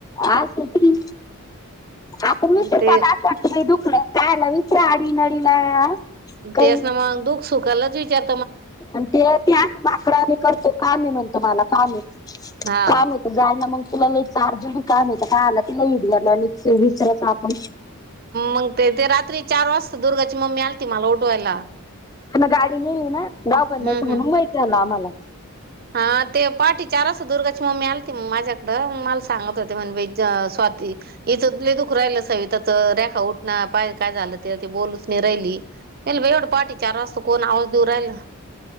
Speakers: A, on the left; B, on the right.
A: आसटी आपण विसरतात
B: ते
A: असात तुम्ही दुखलं कायला विचरा आडी नडीला काही
B: तेस ना मग दुःख सुखालाच विचार
A: आणि ते त्याच बाकडा नि करतो कामे म्हणतो मला कामे
B: हा
A: काम जाय ना मग तुला चारजणी काय नाहीत काय आला तिला ईद गला आणि विसरायच आपण
B: मग ते रात्री चार वाजता दुर्गाची मम्मी आलती मला उठवायला
A: आ गाडी नेली ना गाव बनण्याचं
B: हम्म
A: म्हणून
B: हम्म
A: व्हायचं आलं आम्हाला
B: हा ते पाहाठे चार वाजता दुर्गाची मम्मी आलती मग माझ्याकडं म सांगत होते म्हणे स्वाती इथं लय दुखू राहिल. त <unintelligible> च रेखा उठना पहा काय झालं ते बोलूच मी राहिलीे <unintelligible> पाहाटे चार वाजता कोण आवाज देऊ राहिलं?